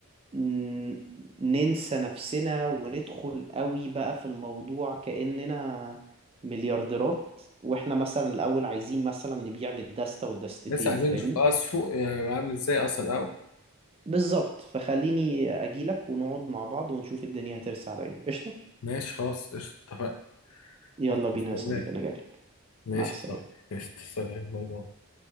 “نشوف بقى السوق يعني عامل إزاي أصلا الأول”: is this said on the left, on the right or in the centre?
Left